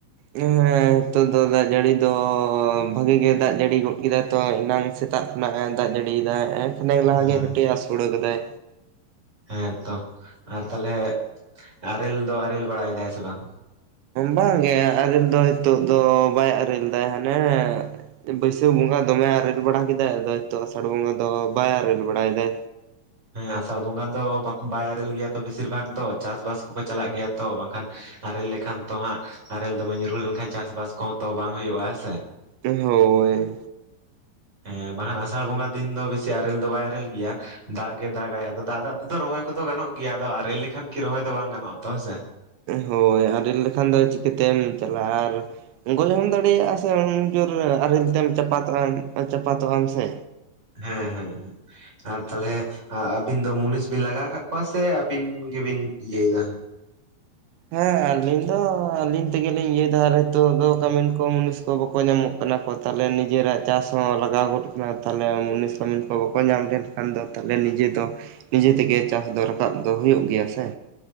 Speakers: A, on the right; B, on the right.
A: ᱦᱮᱸ ᱱᱤᱛᱚᱜ ᱫᱚ ᱫᱟᱜ ᱡᱟᱹᱲᱤ ᱫᱚ ᱵᱷᱟᱹᱜᱤ ᱜᱮ ᱫᱟᱜ ᱡᱟᱹᱲᱤ ᱜᱚᱫ ᱠᱮᱫᱟᱭ ᱛᱚ ᱮᱱᱟᱝ ᱥᱮᱛᱟᱜ ᱠᱷᱚᱱᱟᱜ ᱮ ᱫᱟᱜ ᱡᱟᱹᱲᱤᱭᱮᱫᱟᱭ ᱮᱸ ᱠᱷᱚᱱᱮᱠ ᱞᱟᱦᱟ
B: ᱦᱮᱸ
A: ᱜᱮ ᱠᱟᱹᱴᱤᱡᱮ ᱟᱥᱩᱲ ᱟᱠᱟᱫᱟᱭ
B: ᱦᱮᱸ ᱛᱚ ᱟᱨ ᱛᱟᱦᱞᱮ ᱟᱨᱮᱞ ᱫᱚ ᱟᱨᱮᱞ ᱵᱟᱲᱟᱭ ᱫᱟᱭ ᱥᱮ ᱵᱟᱝ᱾
A: ᱵᱟᱝᱜᱮ ᱟᱨᱮᱞ ᱫᱚ ᱱᱤᱛᱚᱜ ᱫᱚ ᱵᱟᱭ ᱟᱨᱮᱞ ᱫᱟᱭ ᱦᱟᱱᱮ᱾ ᱵᱟᱹᱭᱥᱟᱹᱠᱷ ᱵᱚᱸᱜᱟ ᱫᱚᱢᱮ ᱟᱨᱮᱞ ᱵᱟᱲᱟ ᱠᱮᱫᱟᱭ ᱟᱫᱚ ᱱᱤᱛᱳᱜ ᱟᱥᱟᱲ ᱵᱚᱸᱜᱟ ᱫᱚ ᱵᱟᱭ ᱟᱨᱮᱞ ᱵᱟᱲᱟᱭᱮᱫᱟ᱾
B: ᱦᱮᱸ ᱟᱥᱟᱲ ᱵᱚᱸᱜᱟ ᱫᱚ ᱵᱟᱭ ᱟᱨᱮᱞ ᱜᱮᱭᱟ ᱛᱚ ᱵᱮᱥᱤᱨ ᱵᱷᱟᱜᱽ ᱫᱚ ᱪᱟᱥᱵᱟᱥ ᱠᱚᱠᱚ ᱪᱟᱞᱟᱜ ᱜᱮᱭᱟ ᱛᱚ ᱵᱟᱝ ᱠᱷᱟᱱ ᱟᱨᱮᱞ ᱞᱮᱠᱷᱟᱱ ᱛᱚ ᱦᱟᱸᱜ ᱟᱨᱮᱞ ᱫᱚᱢᱮ ᱧᱩᱨᱦᱩ ᱞᱮᱱᱠᱷᱟᱱ ᱪᱟᱥᱵᱟᱥ ᱠᱚᱦᱚᱸ ᱛᱚ ᱵᱟᱝ ᱦᱩᱭᱩᱜᱼᱟ ᱦᱮᱸᱥᱮ᱾
A: ᱦᱳᱭ ᱦᱳᱭ
B: ᱦᱮᱸ ᱵᱟᱝᱠᱷᱟᱱ ᱟᱥᱟᱲ ᱵᱚᱸᱜᱟ ᱫᱤᱱ ᱫᱚ ᱵᱮᱥᱤ ᱟᱨᱮᱞ ᱫᱚ ᱵᱟᱭ ᱟᱨᱮᱞ ᱜᱮᱭᱟ᱾ ᱫᱟᱜ ᱜᱮ ᱫᱟᱜᱟᱭ ᱟᱫᱚ ᱫᱟᱜ ᱫᱟᱜ ᱛᱮᱫᱚ ᱨᱚᱦᱚᱭ ᱠᱚᱫᱚ ᱜᱟᱱᱚᱜ ᱜᱮᱭᱟ ᱟᱫᱚ ᱟᱨᱮᱞ ᱞᱮᱠᱷᱟᱱ ᱠᱤ ᱨᱚᱦᱚᱭ ᱫᱚ ᱵᱟᱝ ᱜᱟᱱᱚᱜᱼᱟ ᱛᱚ ᱦᱮᱸᱥᱮ᱾
A: ᱦᱳᱭ ᱟᱨᱮᱞ ᱞᱮᱠᱷᱟᱱ ᱫᱚ ᱪᱤᱠᱟᱹᱛᱮᱢ ᱪᱟᱞᱟᱜᱼᱟ ᱟᱨ ᱜᱚᱡ ᱦᱚᱸᱢ ᱫᱟᱲᱮᱭᱟᱜᱼᱟ ᱥᱮ ᱩᱱ ᱡᱳᱨ ᱟᱨᱮᱞ ᱛᱮᱢ ᱪᱟᱯᱟᱫᱚᱜᱼᱟ ᱪᱟᱯᱟᱫᱚᱜ ᱟᱢ ᱥᱮ
B: ᱦᱮᱸ ᱦᱮᱸ ᱦᱮᱸ ᱟᱨ ᱛᱟᱦᱚᱞᱮ ᱟᱹᱵᱤᱱ ᱫᱚ ᱢᱩᱱᱤᱥ ᱵᱤᱱ ᱞᱟᱜᱟᱣ ᱠᱟᱜ ᱠᱚᱣᱟ ᱥᱮ ᱟᱹᱵᱤᱱ ᱜᱮᱵᱤᱱ ᱤᱭᱟᱹ᱾ᱭᱮᱫᱟ
A: ᱦᱮᱸ ᱟᱹᱞᱤᱧ ᱫᱚ ᱟᱹᱞᱤᱧ ᱛᱮᱜᱮᱞᱤᱧ ᱤᱭᱟᱹᱭᱮᱫᱟ ᱟᱨ ᱱᱤᱛᱚᱜ ᱫᱚ ᱠᱟᱢᱤᱱ ᱠᱚ ᱢᱩᱱᱤᱥ ᱠᱚ ᱵᱟᱠᱚ ᱧᱟᱢᱚᱜ ᱠᱟᱱᱟ ᱠᱚ ᱛᱟᱦᱚᱞᱮ ᱱᱤᱡᱮᱨᱟᱜ ᱪᱟᱥ ᱦᱚᱸ ᱞᱟᱜᱟᱣ ᱜᱚᱫ ᱠᱟᱱᱟ ᱛᱟᱦᱚᱞᱮ ᱢᱩᱱᱤᱥ ᱠᱟᱢᱤᱱ ᱠᱚ ᱵᱟᱠᱚ ᱧᱟᱢ ᱞᱮᱱ᱾ ᱠᱷᱟᱱ ᱫᱚ ᱛᱟᱦᱚᱞᱮ ᱱᱤᱡᱮ ᱫᱚ ᱱᱤᱡᱮ ᱛᱮᱜᱮ ᱪᱟᱥ ᱫᱚ ᱨᱟᱠᱟᱵ ᱫᱚ ᱦᱩᱭᱩᱜ ᱜᱮᱭᱟ ᱥᱮ